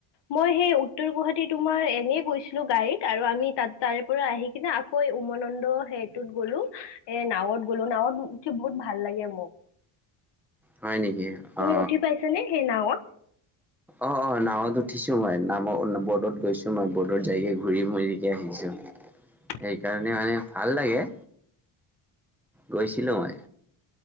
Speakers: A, on the left; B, in the centre.
A: মই সেই উত্তৰ গুৱাহাটী তোমাৰ এনেই গৈছিলো গাড়ীত আৰু আমি তাত তাৰে পৰা আহি কিনে আকৌ উমানন্দ দ সেইটোত গ'লো এ নাৱত গ'লো নাৱত উঠি বহুত ভাল লাগে মোক।
B: হয় নেকি
A: তুমি
B: অ
A: উঠি পাইছা নে সেই নাওঁত
B: অ অ নাওত উঠিছোঁ মই নাওত বোটত গৈছোঁ মই বোটত যাইগে ঘূৰি মেৰিকে আহিছোঁ।
A: <unintelligible>
B: সেইকাৰণে মানে ভাল লাগে। গৈছিলোঁ মই।